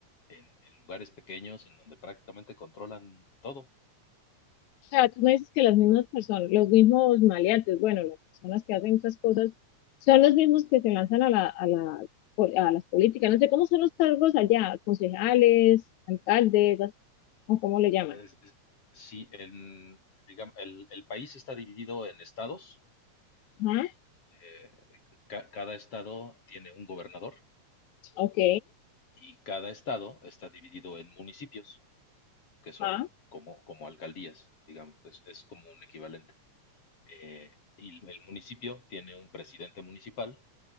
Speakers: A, on the left; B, on the left.
A: en en lugares pequeños, en donde prácticamente controlan todo.
B: O sea, tú me dices que las mismas personas, los mismos maleantes, bueno, las personas que hacen esas cosas, son los mismos que se lanzan a la, a la, a las políticas. No sé cómo son los cargos allá, concejales, alcaldes, o cómo le llaman.
A: es- es- sí, en, digamos, el, el país está dividido en estados.
B: Ajá,
A: eh, ca- cada estado tiene un gobernador
B: ok,
A: y cada estado está dividido en municipios, que son
B: ajá,
A: como, como alcaldías, digamos, es, es como un equivalente. Eh, y el municipio tiene un presidente municipal,